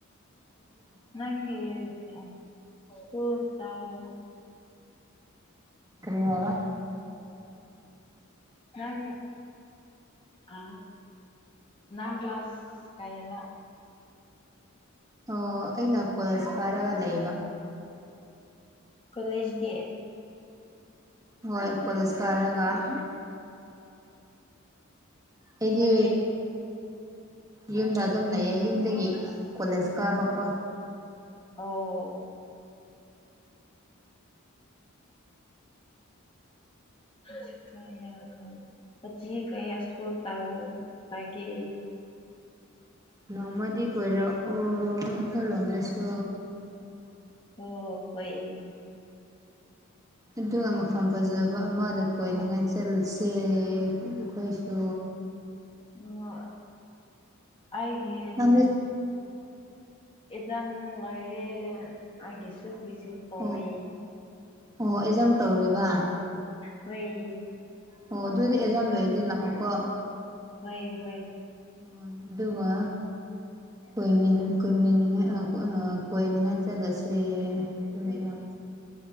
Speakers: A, on the right (about 15°); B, on the left (about 25°).
A: <inaudible>
B: ꯅꯪꯒꯤ <unintelligible>
A: ꯀꯔꯤ ꯍꯥꯏꯕ
B: ꯅꯪ
A: <inaudible> <unintelligible>
B: ꯑ ꯅꯪ ꯀ꯭ꯂꯥꯁ ꯀꯌꯥꯅꯣ
A: ꯑꯣ ꯑꯩꯅ ꯀ꯭ꯂꯦꯖ ꯀꯥꯔꯒ ꯂꯩꯕ
B: ꯀꯣꯂꯦꯖ ꯒꯤ
A: ꯍꯣꯏ ꯀꯣꯂꯦꯖ ꯀꯥꯔꯒ <inaudible> ꯑꯩꯗꯤ
B: ꯕꯖꯤ
A: ꯌꯨꯝꯗ ꯑꯗꯨꯝ ꯂꯩꯌꯦ ꯌꯨꯝꯗꯒꯤ ꯀꯣꯂꯦꯖ ꯀꯥꯕ ꯀꯣ
B: ꯑꯧ <unintelligible>
A: ꯅꯣꯡꯃꯗꯤ ꯀꯣꯏꯔꯛꯑꯣ ꯑꯩꯈꯣꯏ ꯔꯣꯝꯗꯁꯨ
B: ꯑꯣ ꯍꯣꯏ
A: ꯑꯗꯨꯒ ꯃꯐꯝ ꯐꯖꯕ ꯑꯃꯗ ꯀꯣꯏꯅꯤꯡꯉꯥꯏ ꯆꯠꯂꯨꯁꯦ ꯑꯈꯣꯏꯁꯨ
B: ꯎꯝ ꯑꯩꯒꯤ
A: ꯅꯪꯗꯤ
B: ꯑꯦꯖꯥꯝ ꯂꯣꯏꯔꯦ ꯑꯩꯒꯤꯁꯨ ꯄꯤꯁꯤ ꯇꯧꯋꯦ
A: ꯑꯣ ꯑꯣ ꯑꯦꯖꯥꯝ ꯇꯧꯔꯤꯕ
B: ꯍꯣꯏ꯫
A: ꯑꯣ ꯑꯗꯨꯗꯤ ꯑꯦꯖꯥꯝ ꯂꯣꯏꯔꯗꯤ ꯂꯥꯛꯑꯣꯀꯣ
B: ꯍꯣꯏ ꯍꯣꯏ
A: ꯍꯣꯏ ꯑꯗꯨꯒ ꯀꯣꯏꯃꯤꯟ ꯀꯣꯏꯃꯤꯟꯅꯤꯡꯉꯥꯏ ꯑꯥ ꯀꯣꯏꯅꯤꯡꯉꯥꯏ ꯆꯠꯂꯁꯦ <unintelligible>